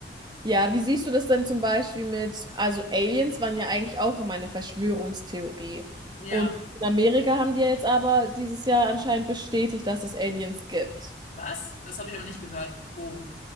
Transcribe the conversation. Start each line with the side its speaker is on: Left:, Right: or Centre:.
Right: Ja, wie siehst du das denn zum Beispiel mit, also Aliens waren ja eigentlich auch immer eine Verschwörungstheorie.
Left: Ja.
Right: Und in Amerika haben die ja jetzt aber dieses Jahr anscheinend bestätigt, dass es Aliens gibt.
Left: Was? Das habe ich aber nicht gehört. Bo.